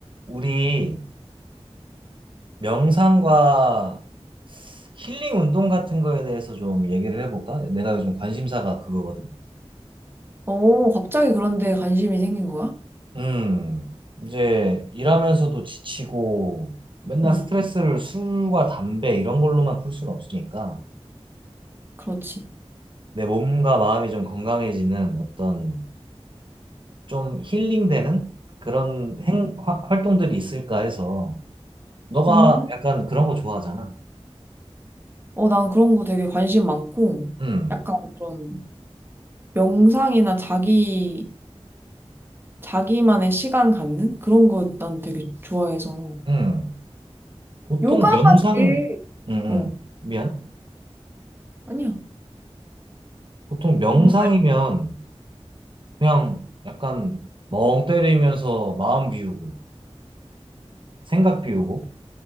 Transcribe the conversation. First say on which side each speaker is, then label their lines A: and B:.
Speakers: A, on the right; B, on the right.
A: 우리 명상과 힐링 운동 같은 거에 대해서 좀 얘기를 해볼까? 내가 요즘 관심사가 그거거든.
B: 어, 갑자기 그런데 관심이 생긴 거야?
A: 음, 이제 일하면서도 지치고 맨날
B: 응,
A: 스트레스를 술과 담배 이런 걸로만 풀 수는 없으니까
B: 그렇지.
A: 내 몸과 마음이 좀 건강해지는 어떤 좀 힐링되는 그런 행, 화- 활동들이 있을까 해서 너가
B: 음.
A: 약간 그런 거 좋아하잖아.
B: 어, 난 그런 거 되게 관심 많고,
A: 음,
B: 약간 그런 명상이나 자기, 자기만의 시간 갖는? 그런 거 난 되게 좋아해서.
A: 음. 보통
B: 요가가
A: 명상,
B: 제일
A: 음, 음.
B: 어,
A: 미안.
B: 아니야.
A: 보통 명상이면
B: 응,
A: 그냥 약간 멍 때리면서 마음 비우고 생각 비우고